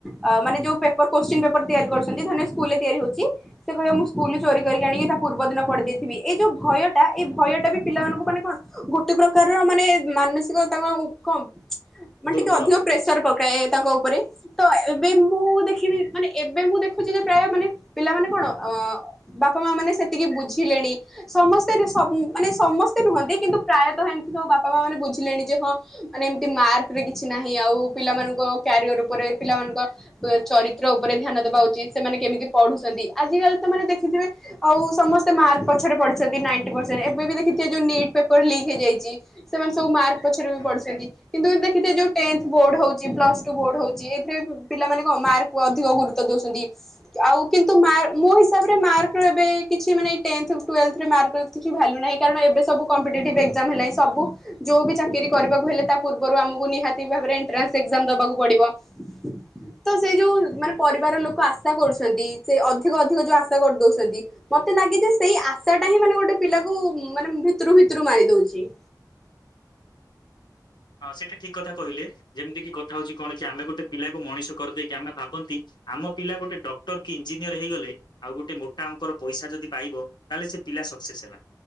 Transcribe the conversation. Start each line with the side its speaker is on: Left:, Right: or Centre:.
Centre: ଆ ମାନେ ଯୋଉ ପେପର କୋଶ୍ଚିନ୍ ପେପର ତିଆରି କରଛନ୍ତି ଧରିନିଅ। ସ୍କୁଲରେ ତିଆରି ହଉଛି ସେ କହିବ ମୁଁ ସ୍କୁଲରେ ଚୋରି କରିକି ଆଣିକି ତା ପୁର୍ବ ଦିନ ପଢ଼ୀ ଦେଇଥିବି ଏ ଯୋଉ। ଭୟ ଟା ଏଇ ଭୟ ଟା ବି ପିଲାମାନଙ୍କୁ ମାନେ କଣ ଗୋଟେ ପ୍ରକାରର ମାନେ ମାନସିକ ତାଙ୍କ। କଣ ମାନେ
Left: ଦୁର୍ବଳ
Centre: ଟିକେ ଅଧିକ
Left: କରିଦଉଛି
Centre: ପ୍ରେସର ପକାଏ ତାଙ୍କ ଉପରେ। ତ ଏବେ ମୁଁ ଦେଖିବି ମାନେ ଏବେ ମୁଁ ଦେଖୁଛି ଯେ ପ୍ରାୟ ମାନେ ପିଲାମାନେ କଣ ଅ। ବାପ ମା ମାନେ ସେତିକି ବୁଝିଲେଣି। ସମସ୍ତେ ଏବେ ସବ ମାନେ ସମସ୍ତେ ନୁହନ୍ତି କିନ୍ତୁ ପ୍ରାୟତଃ ଏମିତି ସବୁ ବାପା ମା ମାନେ ବୁଝିଲେଣି ଯେ ହଁ। ମାନେ ଏମତି ମାର୍କ ରେ କିଛି ନାହିଁ ଆଉ ପିଲାମାନଙ୍କ କ୍ୟାରିଅର ଉପରେ ପିଲାମାନଙ୍କ। ଏ ଚରିତ୍ର ଉପରେ ଧ୍ୟାନ ଦବା ଉଚିତ୍ ସେମାନେ କେମିତି ପଢୁଛନ୍ତି ଆଜିକାଲି ତ ମାନେ ଦେଖିଥିବେ। ଆଉ ସମସ୍ତେ ମାର୍କ ପଛରେ ପଡି। ଛନ୍ତି ନାଇନ୍ ଟି ପରସେଣ୍ଟ ଏବେ ବି ଦେଖିଥିବେ ଯୋଉ ନିଟ୍ ପେପର ଲିକ୍ ହେଇଯାଇଛି ସେମାନେ ସବୁ ମାର୍କ ପଛରେ ବି
Left: ହଁ।
Centre: ପଢିଛନ୍ତି। କିନ୍ତୁ ଦେଖିଥିବେ ଯୋଉ ଟେନଥ ବୋଡ ହଉଛି ପ୍ଲସ ଟୁ ବୋଡ ହଉଛି ଏଥିରେ ପିଲାମାନେ କଣ ମାର୍କ। କୁ ଅଧିକ ଗୁରୁତ୍ୱ ଦଉଛନ୍ତି। ଆଉ କିନ୍ତୁ ମାର୍ ମୋ ହିସାବରେ ମାର୍କ ଏବେ କିଛି ମାନେ ଟେନଥ ଟୁଏଲଭଥ। ଏବେ ମାର୍କର କିଛି ଭାଲ୍ୟୁ ନାହିଁ କାରଣ ଏବେ ସବୁ କମ୍ପିଟେଟିଭ୍ ଏକ୍ଜାମ୍ ହେଲାଣି ସବୁ। ଯୋଉ ବି ଚାକିରି କରିବାକୁ ହେଲେ ତା ପୂର୍ବରୁ ଆମକୁ ନିହାତି ଭାବରେ ଏଣ୍ଟ୍ରାନ୍ସ ଏକ୍ଜାମ ଦବାକୁ ପଡିବ। <unintelligible> ତ ସେଇ ଯୋଉ ମାନେ ପରିବାର ଲୋକ ଆଶା କରୁଛନ୍ତି ସେ ଅଧିକ ଅଧିକ ଯୋଉ ଆଶା କରି ଦଉଛନ୍ତି। ମତେ ଲାଗେ ଯେ ସେଇ ଆଶାଟା ହିଁ ମାନେ ଗୋଟେ ପିଲାକୁ ମାନେ ଭିତରୁ ଭିତରୁ ମାରି ଦଉଛି।
Left: ହଁ ସେଇଟା ଠିକ୍ କଥା କହିଲେ ଯେମିତି କିି କଥା ହଉଛି କଣ କି ଆମେ ଗୋଟେ ପିଲାକୁ ମଣିଷ କରିଦେଇକି ଆମେ ଭାବନ୍ତି। ଆମ ପିଲା ଗୋଟେ ଡକ୍ଟର କି ଇଞ୍ଜିନିୟର ହେଇଗଲେ। ଆଉ ଗୋଟେ ମୋଟା ଅଙ୍କର ପଇସା ଯଦି ପାଇବ ତାହେଲେ ସେ ପିଲା ସକ୍ସେସ୍ ହେଲା।